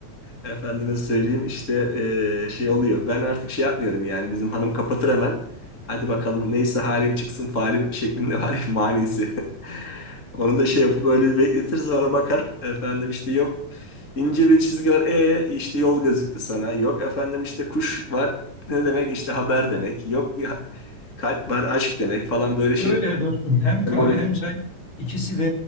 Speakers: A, on the left; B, on the left.
A: Efendime söyleyeyim işte eee, şey oluyor. Ben artık şey yapmıyorum yani bizim hanım kapatır hemen. Hadi bakalım neyse halim çıksın falim şeklinde var ya manisi. <laughs> Onu da şey yapıp böyle bir bekletir sonra bakar efendim işte yok ince bir çizgi var e işte yol gözüktü sana. Yok efendim işte kuş var ne demek işte haber demek. Yok bir ha- kalp var aşk demek falan böyle şey
B: Öyle dostum. Hem kahve
A: sembolik.
B: hem çay ikisi de